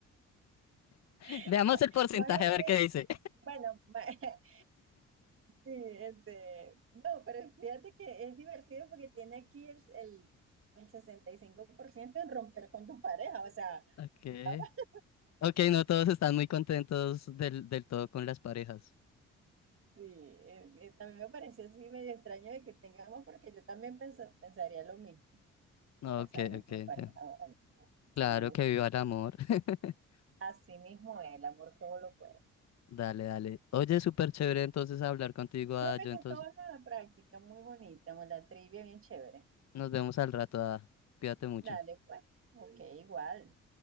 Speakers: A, on the left; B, on the right.
A: <laughs>
B: <laughs>
A: Veamos el porcentaje
B: Más bien
A: a ver
B: que,
A: qué dice.
B: bueno, ma- <laughs> sí, este, no, pero fíjate que es divertido porque tiene aquí el, el, el 65% en romper con tu pareja, o sea,
A: <laughs> Ok.
B: ya va. <laughs>
A: Ok, no todos están muy contentos del, del todo con las parejas.
B: Sí, eh, eh, también me pareció así medio extraño de que tengamos, porque yo también pens- pensaría lo mismo,
A: Ok,
B: casarme
A: ok,
B: con
A: entiendo.
B: mi pareja, ahora, sí
A: Claro
B: me gusta.
A: que viva el amor. <laughs>
B: Así mismo, el amor todo lo puede.
A: Dale, dale. Oye, súper chévere entonces hablar contigo, Ada.
B: No me
A: Yo
B: gustó
A: entonces
B: la práctica, muy bonita, la trivia bien chévere.
A: nos vemos al rato, Ada. Cuídate mucho.
B: Dale, pues. Ok, igual.